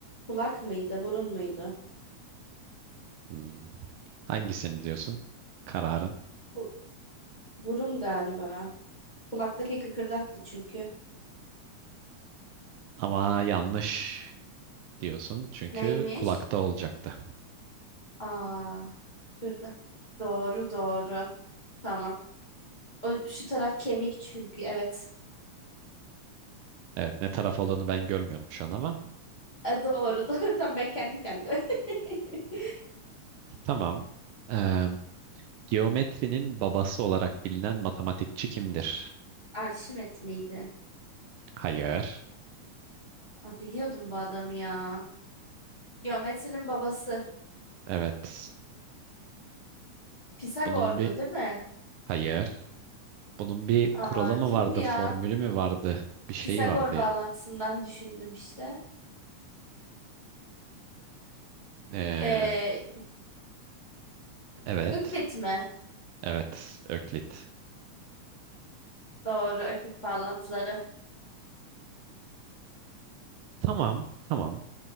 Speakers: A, on the left; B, on the right.
A: Kulak mıydı? Burun muydu?
B: Hmm, hangisini diyorsun? Kararın.
A: Ku- burun galiba. Kulaktaki kıkırdaktı çünkü.
B: Ama yanlış diyorsun. Çünkü
A: Neymiş?
B: kulakta olacaktı.
A: Aa, kıkırdak. Doğru doğru. Tamam. O, şu taraf kemik çünkü evet.
B: Evet, ne taraf olduğunu ben görmüyorum şu an ama.
A: E, doğru <laughs> doğru. Tamam ben kendi kendime. <laughs>
B: Tamam. Ee, Geometrinin babası olarak bilinen matematikçi kimdir?
A: Arşimet miydi?
B: Hayır.
A: Aa, biliyordum bu adamı ya. Geometrinin babası.
B: Evet.
A: Pisagor'du
B: Bunun bir
A: değil mi?
B: hayır. Bunun bir
A: Aa,
B: kuralı mı
A: kimdi
B: vardı, formülü
A: ya?
B: mü vardı? Bir şey
A: Pisagor
B: vardı
A: bağlantısından
B: ya.
A: düşündüm işte.
B: Ee,
A: Ee,
B: evet.
A: Öklit mi?
B: Evet. Öklit.
A: Doğru, öklit bağlantıları
B: Tamam. Tamam.